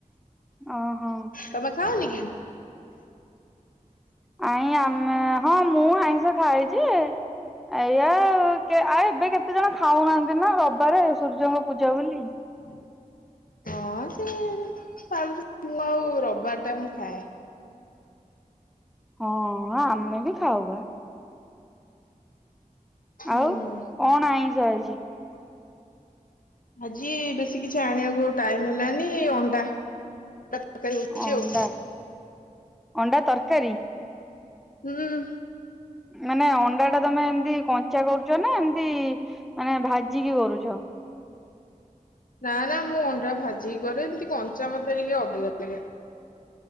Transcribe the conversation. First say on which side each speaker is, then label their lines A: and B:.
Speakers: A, in the centre; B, on the left.
A: ଅଁ ହ।
B: ତମେ ଖାଅନି କି?
A: ନାଇ ଆମେ, ହଁ ମୁଁ ଆଇଁଷ ଖାଏ ଯେ ଏଇଆ ଆଉ, ଏବେ କେତେ ଜଣ ଖାଉନାହାନ୍ତି ନା ରବିବାରେ ସୂର୍ଯ୍ୟଙ୍କ ପୂଜା ବୋଲି।
B: <inaudible> ହଁ ସେ ପାଳୁଛନ୍ତି ମୁଁ ଆଉ ରବିବାର ଟା ମୁଁ ଖାଏ।
A: ହଁ ଆମେ ବି ଖାଉ ବା।
B: ହୁଁ।
A: ଆଉ କଣ ଆଇଁଷ ଆଜି?
B: ଆଜି ବେଶୀ କିଛି ଆଣିଆକୁ ଟାଇମ୍ ହେଲାନି ଅଣ୍ଡା। ଅଣ୍ଡା ତରକାରୀ ହେଇଚି
A: ଅଣ୍ଡା
B: ଆଉ।
A: ଅଣ୍ଡା ତରକାରୀ?
B: ହୁଁ।
A: ମାନେ ଅଣ୍ଡା ଟା ତମେ ଏମତି କଞ୍ଚା କରୁଚ ନା ଏମତି ମାନେ ଭାଜିକି କରୁଛ?
B: ନା ନା ମୁଁ ଅଣ୍ଡା ଭାଜିିକି କରେ ଏମିତି କଞ୍ଚା ମତେ ଟିକେ ଅବଗିଆ ଲାଗେ।